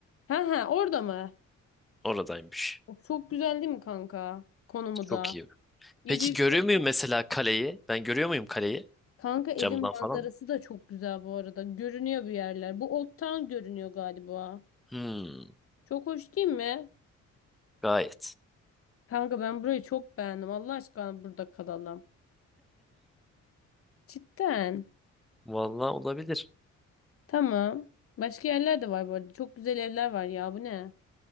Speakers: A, on the left; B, in the centre.
A: Ha ha orada mı?
B: Oradaymış.
A: Çok güzel değil mi kanka? Konumu da.
B: Çok iyi.
A: 700
B: Peki görüyor
A: te-
B: muyum mesela kaleyi? Ben görüyor muyum kaleyi?
A: kanka evin
B: Camdan
A: manzarası
B: falan.
A: da çok güzel bu arada. Görünüyor bir yerler. Bu Old Town görünüyor galiba.
B: Hmm,
A: Çok hoş değil mi?
B: gayet.
A: Kanka ben burayı çok beğendim. Allah aşkına burada kalalım. Cidden.
B: Vallahi olabilir.
A: Tamam. Başka yerler de var bu arada. Çok güzel evler var ya. Bu ne?